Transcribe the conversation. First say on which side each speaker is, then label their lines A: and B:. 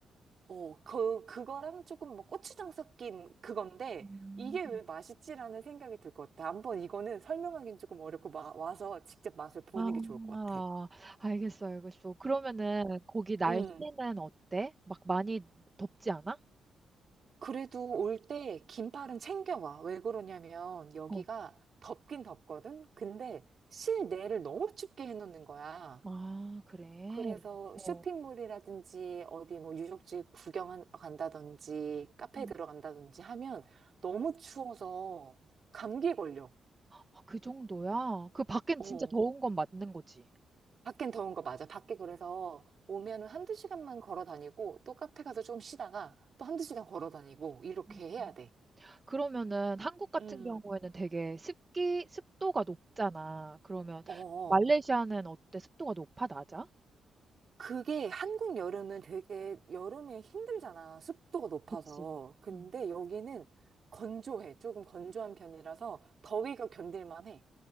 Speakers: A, on the right; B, on the right.
A: 어, 그, 그거랑 조금 뭐 고추장 섞인 그건데,
B: 음.
A: 이게 왜 맛있지라는 생각이 들 것 같아. 한번 이거는 설명하기는 조금 어렵고, 마- 와서 직접 맛을 보는
B: 아,
A: 게 좋을 것 같아.
B: 알겠어, 알겠어. 그러면은 거기 날씨는
A: 음.
B: 어때? 막 많이 덥지 않아?
A: 그래도 올 때 긴팔은 챙겨와. 왜 그러냐면, 여기가
B: 어.
A: 덥긴 덥거든? 근데 실내를 너무 춥게 해놓는 거야.
B: 아, 그래.
A: 그래서
B: 어.
A: 쇼핑몰이라든지, 어디 뭐 유적지 구경 간다든지, 카페에
B: 음.
A: 들어간다든지 하면 너무 추워서 감기 걸려.
B: 아, 그 정도야? 그 밖엔
A: 어,
B: 진짜 더운 건 맞는 거지.
A: 밖엔 더운 거 맞아. 밖에 그래서 오면은 한두 시간만 걸어 다니고 또 카페 가서 좀 쉬다가 또 한두 시간 걸어 다니고 이렇게
B: 음.
A: 해야 돼.
B: 그러면은 한국 같은
A: 음.
B: 경우에는 되게 습기, 습도가 높잖아. 그러면
A: 어.
B: 말레이시아는 어때? 습도가 높아, 낮아?
A: 그게 한국 여름은 되게 여름에 힘들잖아. 습도가 높아서.
B: 그치.
A: 근데
B: 음.
A: 여기는 건조해. 조금 건조한 편이라서 더위가 견딜만 해.